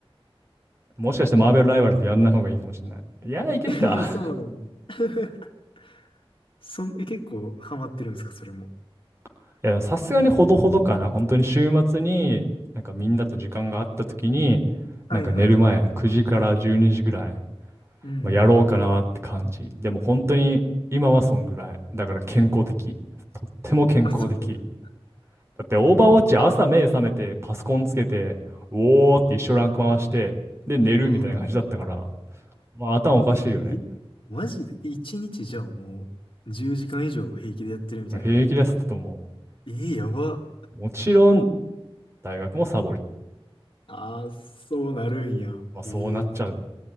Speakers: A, on the right; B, on the left.
A: もしかしてマーベルライバルズやんない方がいいかもしれない。いや、いけるか。
B: <laughs> いや、そうなんや。<laughs> そん、え、結構ハマってるんですか、それも。
A: <laughs> いや、さすがにほどほどかな。本当に週末に、なんかみんなと時間があった時に、
B: はいはいはい。
A: なんか寝る前、9時から12時ぐらい、
B: うんうんうん。
A: まあ、やろうかなって感じ。でも本当に今はそんぐらい。だから健康的。とっても健康的。
B: あ、そうなんや。
A: だってオーバーウォッチ朝目覚めてパソコンつけて、うおーって一生ランク回して、で寝るみたいな感じだったから、
B: ああ、
A: まあ頭おかしいよね。
B: えマジで一日じゃあもう10時間以上平気でやってるみたいな。
A: まあ平気ですってとも
B: えー、やば。
A: う。もちろん大学もサボり。
B: ああ、そうなるんや。
A: まあそうなっちゃう。
B: ええ。